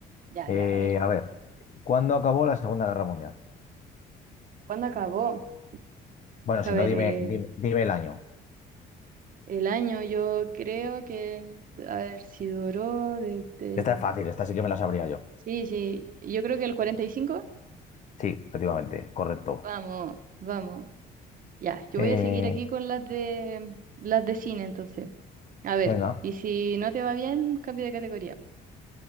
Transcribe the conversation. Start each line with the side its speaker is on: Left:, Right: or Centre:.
Right: Ya,
Left: Eh,
Right: ya, a ver.
Left: a ver, ¿cuándo acabó la Segunda Guerra Mundial?
Right: ¿Cuándo acabó?
Left: Bueno,
Right: Deja
Left: si
Right: ver,
Left: no, dime,
Right: eh,
Left: dime, dime el año.
Right: el año yo creo que, a ver, si duró desde
Left: Esta
Right: el...
Left: es fácil, esta sí que me la sabría yo.
Right: Sí, sí, yo creo que el 45.
Left: Sí, efectivamente, correcto.
Right: Vamos, vamos. Ya, yo
Left: Eh,
Right: voy a seguir aquí con las de las de cine entonces. A ver,
Left: venga,
Right: y si no te va bien, cambio de categoría.